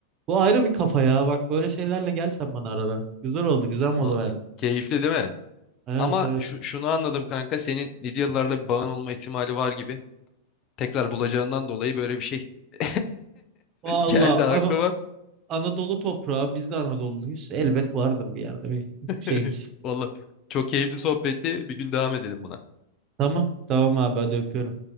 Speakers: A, on the right; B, on the left.
A: Bu ayrı bir kafa ya bak böyle şeylerle gel sen bana arada. Güzel oldu güzel mola
B: Va-
A: verdin.
B: Keyifli değil mi?
A: Evet
B: Ama
A: evet.
B: şu, şunu anladım kanka. Senin Lidyalılarla bir bağın olma ihtimali var gibi. tekrar bulacağından dolayı böyle bir şey <laughs>
A: Valla
B: geldi
A: Ana-
B: aklıma.
A: Anadolu toprağı biz de Anadolu'luyuz. Elbet vardır bir yerde bir
B: <laughs>
A: şeyimiz.
B: Vallahi çok keyifli sohbetti. Bir gün devam edelim buna.
A: Tamam tamam abi hadi öpüyorum.